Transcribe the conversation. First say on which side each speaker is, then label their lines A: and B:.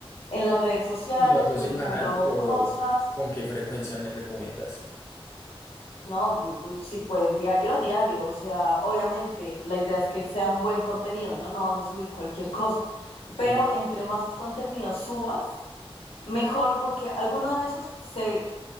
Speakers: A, on the left; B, on the left.
A: en las redes sociales,
B: ¿Y lo hago
A: publicando
B: semanal o
A: cosas,
B: con qué frecuencia me recomiendas?
A: ¿no? Si puedes diario, diario. O sea, obviamente la idea es que sea un buen contenido, ¿no? No vas a subir cualquier cosa.
B: Ok.
A: Pero entre más contenido subas, Mejor porque alguno de esos se,